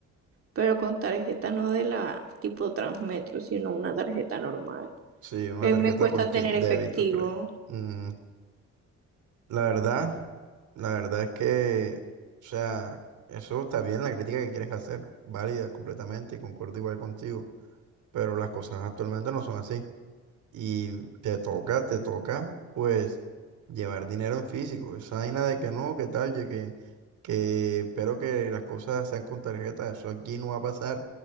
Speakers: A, on the right; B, on the right.
A: pero con tarjeta no de la tipo Transmetro, sino una tarjeta normal.
B: Sí, una
A: A mí
B: tarjeta
A: me cuesta
B: con chip
A: tener
B: débito,
A: efectivo
B: creo. Mm, la verdad, la verdad es que, o sea, eso está bien, la crítica que quieres hacer, válida completamente y concuerdo igual contigo, pero las cosas actualmente no son así. Y te toca, te toca, pues, llevar dinero en físico. Esa vaina de que no, que tal, ye que, que espero que las cosas sean con tarjeta, eso aquí no va a pasar.